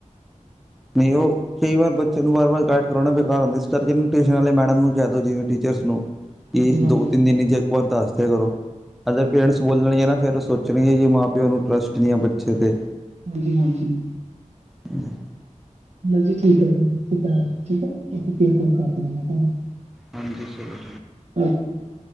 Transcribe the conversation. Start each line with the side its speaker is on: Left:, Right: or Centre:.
Centre: ਨਹੀ ਉਹ- ਕਈ ਵਾਰ ਬੱਚੇ ਨੂੰ ਵਾਰ ਵਾਰ ਗਾਈਡ ਕਰਾਉਣਾ ਬੇਕਾਰ ਹੁੰਦਾ, ਇਸ ਕਰਕੇ ਟਿਊਸ਼ਨ ਵਾਲੇ ਮੈਡਮ ਨੂੰ ਕਹਿ ਦਿਓ ਜਿਵੇ ਟੀਚਰਸ ਨੂੰ ਕਿ
Right: ਹਾਂਜੀ ਹਾਂਜੀ
Centre: ਦੋ ਤਿੰਨ ਦਿਨ ਜੇ ਇਕ ਵਾਰ ਦਸਦੇ ਕਰੋ ਅਗਰ ਪੇਰੈਂਟਸ ਬੋਲਣਗੇ ਨਾ ਫਿਰ ਸੋਚ ਸੋਚਣਗੇ ਜੀ, ਮਾਂ- ਪਿਓ ਨੂੰ ਟਰੱਸਟ ਨਹੀ ਆ ਬੱਚੇ ਤੇ
Right: ਹਾਂਜੀ- ਹਾਂਜੀ-
Centre: ਹਮ <inaudible> <inaudible>
Right: ਜੀ ਠੀਕ ਹੈ। ਠੀਕ ਫ ਕਰ ਤੁ- <unintelligible>
Centre: ਹਾਂਜੀ ਚਲੋ-
Right: ਹਮ <unintelligible>